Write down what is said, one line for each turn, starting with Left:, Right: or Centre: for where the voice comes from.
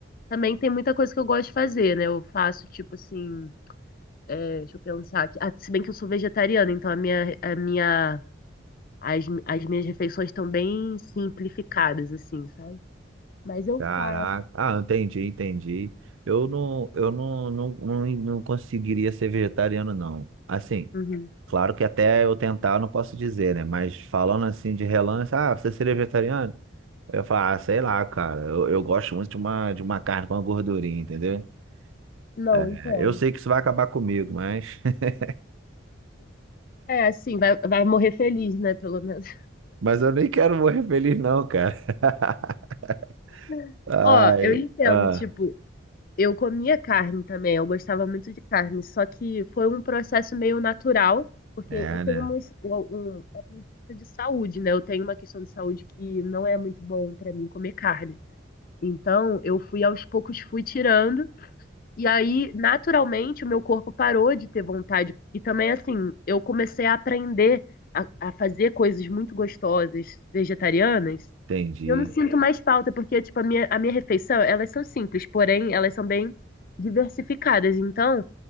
Left: Também tem muita coisa que eu gosto de fazer, né? Eu faço, tipo assim, é, deixa eu pensar aqui. Ah, se bem que eu sou vegetariana, então a minha, a minha, as, as minhas refeições estão bem simplificadas, assim, sabe? Mas eu
Right: caraca.
Left: faço.
Right: Ah, entendi, entendi. Eu não, eu não, não, não, não conseguiria ser vegetariano, não. Assim,
Left: Uhum.
Right: claro que até eu tentar eu não posso dizer, né? Mas falando assim de relance, ah, você seria vegetariano? Eu ia falar, ah, sei lá, cara. Eu, eu gosto muito de uma, de uma carne com uma gordurinha, entendeu?
Left: Não,
Right: É,
Left: então.
Right: eu sei que isso vai acabar comigo, mas. <laughs>
Left: É, assim, vai, vai morrer feliz, né? Pelo menos.
Right: Mas eu nem quero morrer feliz, não, cara. <laughs>
Left: <laughs>
Right: Ai.
Left: Ó, eu entendo,
Right: Ah,
Left: tipo, eu comia carne também, eu gostava muito de carne, só que foi um processo meio natural, porque
Right: é,
Left: eu tenho
Right: né?
Left: um, de saúde, né? Eu tenho uma questão de saúde que não é muito bom pra mim comer carne. Então, eu fui aos poucos fui tirando e aí naturalmente o meu corpo parou de ter vontade e também assim, eu comecei a aprender a, a fazer coisas muito gostosas vegetarianas
Right: Entendi.
Left: e eu não sinto mais falta porque tipo a minha a minha refeição, elas são simples, porém elas são bem diversificadas. Então,